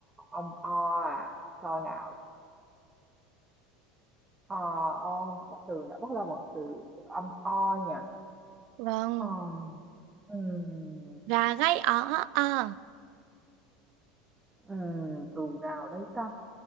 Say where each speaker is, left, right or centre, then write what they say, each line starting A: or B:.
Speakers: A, on the right; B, on the right.
A: âm o à. Coi nào. ờ ông một từ nữa bắt đầu bằng từ âm o nhỉ
B: Vâng.
A: ờ ừm,
B: Gà gáy ó ó ó.
A: ừm, từ nào đây ta